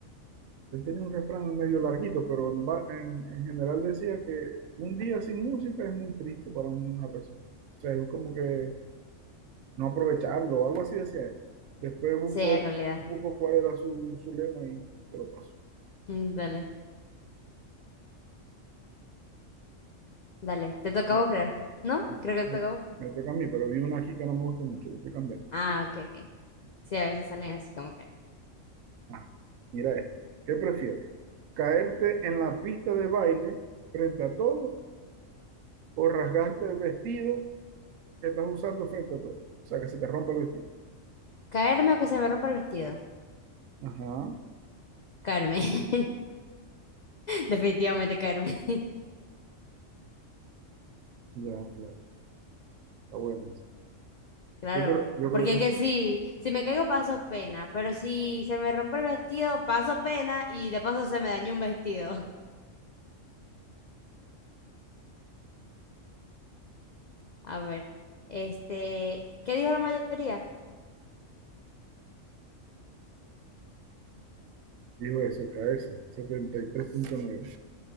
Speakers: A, on the right; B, on the left.
A: él tenía un refrán medio larguito, pero en, va- en, en general decía que un día sin música es muy triste para una persona. O sea, es como que no aprovecharlo, algo así decía él. Después busco,
B: sí, en realidad.
A: busco cuál era su, su lema y te lo paso.
B: Mm, Dale, dale. Te toca
A: Vamos
B: a vos, creo. ¿No?
A: a Bueno,
B: Creo que
A: me,
B: te toca a vos.
A: me toca a mí, pero vi una aquí que no me gusta mucho, lo estoy cambiando.
B: Ah, ok, ok. Sí, a veces salen así como que.
A: Ah, mira esto. ¿Qué prefieres? ¿Caerte en la pista de baile frente a todos o rasgarte el vestido que estás usando frente a todos? O sea, que se te rompa el vestido.
B: ¿Caerme o que se me rompa el vestido?
A: Ajá,
B: Caerme. <laughs> Definitivamente caerme, <laughs>
A: ya, claro. Está buena esa.
B: claro.
A: Yo creo, yo creo
B: Porque
A: que
B: es
A: eso,
B: que sí, si me caigo paso pena, pero si se me rompe el vestido, paso pena y de paso se me dañó un vestido. <laughs> A ver, este, ¿qué dijo la mayoría?
A: dijo eso, caerse, setenta y tres punto nueve.